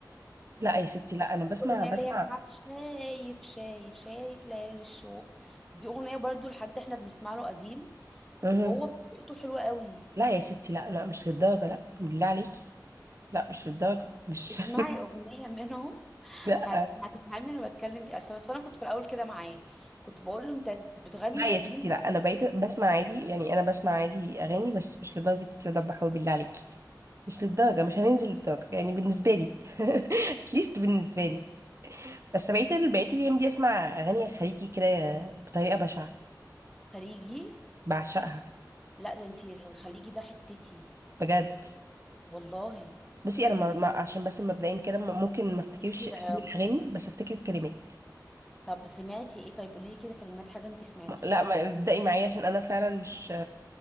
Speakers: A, on the right (about 40°); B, in the centre.
A: لا يا ستي لا انا بسمع
B: الأغنية
A: بسمع
B: اللي هي بتاعت شايف شايف شايف ليالي الشوق دي أغنية برضو لحد احنا بنسمع له قديم
A: مهم.
B: وهو بطريقته حلوة قوي
A: لا يا ستي لا لا مش للدرجه لا بالله عليكي لا مش للدرجه مش
B: اسمعي أغنية منهم
A: <laughs> لا
B: هت... هتفهمي أنا بتكلم في إيه. أصل أصل أنا كنت في الأول كده معاه كنت بقول له أنت بتغني
A: لا يا
B: قديم
A: ستي لا انا بقيت بسمع عادي يعني انا بسمع عادي اغاني بس مش لدرجه رضا حبيبي بالله عليكي مش للدرجه مش هننزل للدرجه يعني بالنسبه لي <laughs> اتليست بالنسبه لي بس بقيت ال- بقيت الايام دي اسمع اغاني خليجي كده بطريقه بشعه
B: خليجي
A: بعشقها
B: لا ده انتي الخليجي ده حتتي
A: بجد
B: والله
A: بصي انا ما ما- عشان بس مبدئيا كده ما- ممكن ما افتكرش
B: ليكي العراقي
A: اسامي الاغاني بس افتكر الكلمات
B: طب سمعتي ايه طيب قولي لي كده كلمات حاجة انتي سمعتيها
A: لا
B: خليجي
A: ما- ابدأي معايا عشان انا فعلا مش